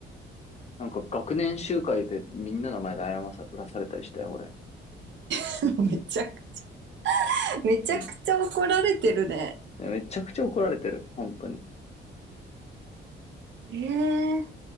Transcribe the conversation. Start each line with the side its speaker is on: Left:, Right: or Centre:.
Left: なんか学年集会でみんなの前で謝らされたりしたよ、俺。
Right: <laughs> めちゃくちゃ。めちゃくちゃ怒られてるね。
Left: うん。めちゃくちゃ怒られてる。本当に。
Right: えー、